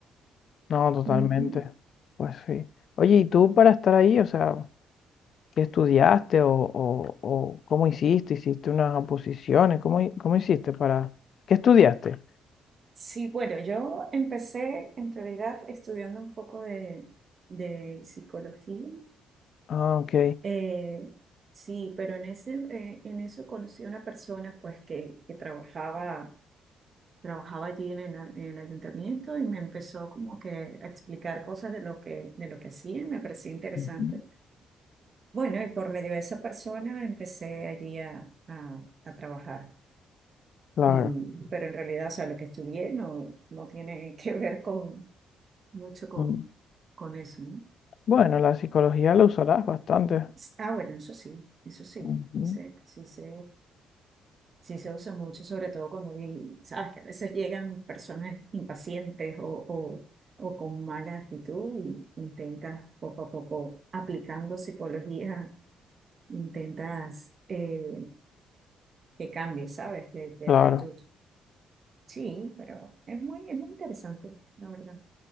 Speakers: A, on the left; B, on the right.
A: No, totalmente.
B: Ujú.
A: Pues sí. Oye, ¿y tú para estar ahí, o sea, qué estudiaste o, o, o cómo hiciste? ¿Hiciste unas oposiciones? ¿Cómo, hi- cómo hiciste para... ¿Qué estudiaste?
B: Sí, bueno, yo empecé en realidad estudiando un poco de, de psicología.
A: Ah, ok,
B: Eh, sí, pero en ese, eh, en eso conocí a una persona pues que, que trabajaba, trabajaba allí en el, a- en el ayuntamiento y me empezó como que a explicar cosas de lo que, de lo que hacía, me parecía interesante.
A: Ujú,
B: Bueno, y por medio de esa persona empecé allí a, a, a trabajar.
A: claro.
B: Y- pero en realidad, o sea, lo que estudié no, no tiene <laughs> que ver con mucho con,
A: Mm,
B: con eso, ¿no?
A: Bueno, la psicología la usarás bastante,
B: S- Ah, bueno, eso sí, eso sí,
A: ujú.
B: sí se, sí se, sí se usa mucho, sobre todo cuando hay- sabes que a veces llegan personas impacientes o, o, o con mala actitud y intentas poco a poco, aplicando psicología, intentas eh, que cambie, ¿sabes? De, de
A: claro.
B: actitud. Sí, pero es muy, es muy interesante, la verdad.